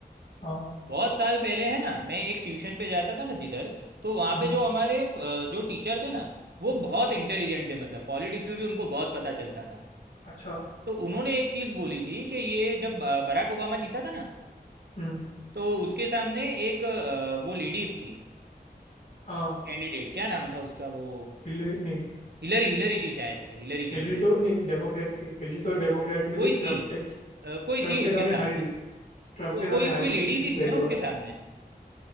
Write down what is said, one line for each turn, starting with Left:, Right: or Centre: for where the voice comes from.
Left: हाँ
Right: बहुत साल पहले है ना मैं एक ट्यूशन पे जाता था ना जिधर तो वहाँ
Left: हम्म,
Right: पे जो हमारे अ, जो टीचर थे ना वो बहुत इंटेलिजेंट थे मतलब पॉलिटिक्स में भी उनको बहुत पता चलता था
Left: अच्छा
Right: तो उन्होंने एक चीज़ बोली थी कि ये जब अ, बराक ओबामा जीता था ना
Left: हम्म
Right: तो उसके सामने एक अ, वो लेडीज थी
Left: हाँ
Right: कैंडिडेट क्या नाम था उसका वो
Left: हिलरी नहीं
Right: हिलरी हिलरी थी शायद से हिलरी
Left: हिलरी
Right: क्लिंटन
Left: तो नहीं डेमोक्रेट की हिलरी तो डेमोक्रेट में
Right: कोई
Left: थी ट्रम्प
Right: थी
Left: के
Right: अ,
Left: ट्रम्प
Right: कोई थी
Left: के
Right: उसके
Left: सामने
Right: सामने
Left: हारी थी ट्रम्प
Right: को,
Left: के
Right: कोई
Left: सामने हारी
Right: कोई
Left: थी
Right: लेडीज
Left: पिछली
Right: ही
Left: पहली
Right: थी ना
Left: बार
Right: उसके सामने